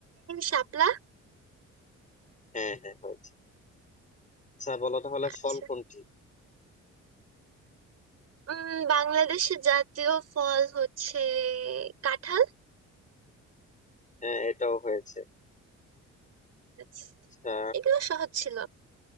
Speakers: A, on the right; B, on the left.
A: শাপলা
B: হ্যাঁ হ্যাঁ হয়েছে আচ্ছা বলো তাহলে
A: আচ্ছা
B: ফল কোনটি
A: উম বাংলাদেশের জাতীয় ফল হচ্ছে কাঁঠাল
B: হ্যাঁ এটাও হয়েছে
A: আচ্ছা
B: আচ্ছা
A: এগুলো সহজ ছিল